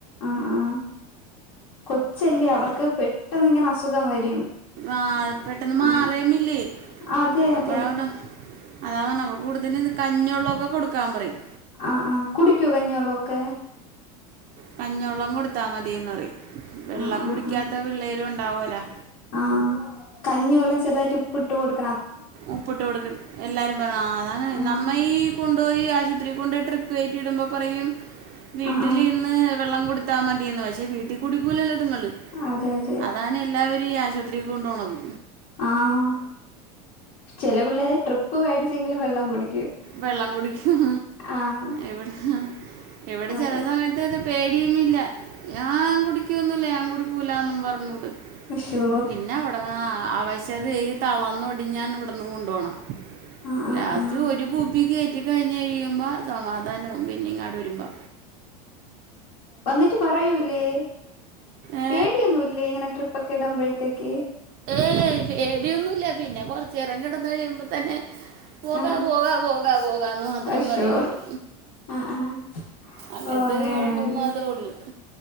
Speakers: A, on the left; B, on the right.
A: ആ ആ കൊച്ചല്ലേ
B: അപ്പം
A: അവർക്ക് പെട്ടെന്നിങ്ങനെ അസുഖം വരും
B: ആ പെട്ടെന്ന് മാറേമില്ലേ
A: ആ അതെ
B: അപ്പൊഴാ
A: അതെ
B: ട്ടൊ അതാ പറ്ഞ്ഞേ കൂടുതൽ കഞ്ഞള്ളൊക്കെ കൊടുക്കാൻ പറയും
A: ആ ആ കുടിക്കോ കഞ്ഞോള്ളോക്കെ?
B: കഞ്ഞെള്ളം കൊടുത്താ മതിന്ന് പറയും വെള്ളം
A: ആ ആ
B: കുടിക്കാത്ത
A: ആ
B: പിള്ളേരുണ്ടാവല്ലോ
A: ആഹ് കഞ്ഞിവെള്ളം ചെറുതായിട്ട് ഉപ്പ് ഇട്ട് കൊടു
B: ഉപ്പിട്ട് കൊടുക്കും. എല്ലാരും പറഞ്ഞു അതാണ്
A: ആഹ്
B: നമ്മ ഈ കൊണ്ടോയി ആശുപത്രി കൊണ്ട് ട്രിപ്പ് കയറ്റിടുമ്പോ പറയും വീട്ടിൽ
A: ആഹ് ആഹ്
B: ഇരുന്ന് വെള്ളം കൊടുത്താ മതിയന്ന് പക്ഷെ വീട്ടിൽ കുടിക്കൂലല്ലോ ഇതിങ്ങള്
A: അതെ അതെ
B: അതാണ് എല്ലാവരും ഈ ആശുപത്രിക്ക് കൊണ്ടു പോണത്
A: ആഹ് ചെല പിള്ളേരെ ട്രിപ്പ് പേടിച്ചെങ്കിലും വെള്ളം കുടി
B: വെള്ളം കുടിക്കും
A: ആഹ്
B: ഇവിടെ ഇവിടെ
A: അതെ
B: ചില സമയത്ത് പേടിയുമില്ല ഞാൻ കുടിക്കൊന്നുമില്ല ഞാൻ കുടിക്കില്ല എന്നും പറഞ്ഞുണ്ട്
A: ശോ
B: പിന്നെ അവിടെ ആ പക്ഷെ അത് തന്നടി ഞാൻ ഇവിടന്ന് കൊണ്ടോണ്
A: ആഹ് ആഹ്
B: ലാസ്റ്റ്
A: ആഹ്
B: ഒരു കുപ്പി കേറ്റി കഴിഞ് കഴിയുമ്പോ സമാധാനവും പിന്നെങ്ങാട് വരുമ്പോ
A: വന്നിട്ട് പറയൂല്ലേ
B: ഏ
A: പേടിയൊന്നുംല്ലേ ഇങ്ങനെ ട്രിപ്പക്കെ ഇടുമ്പോഴത്തേക്ക്
B: ഏയ് പേടിയൊന്നുല്ല പിന്നെ കൊറച്ചു നേര കിടന്ന് കഴിയുമ്പോ തന്നെ പോകാ
A: ആഹ് ആഹ്
B: പോകാ പോകാ പോകാ എന്ന് മാത്രം
A: അശോ
B: പറയുള്ളൂ
A: ആഹ് ആഹ്
B: അങ്ങനത്തെ
A: ഓ അങ്ങനെയാണല്ലേ
B: ഒരു കൊഴപ്പം മാത്രോള്ളു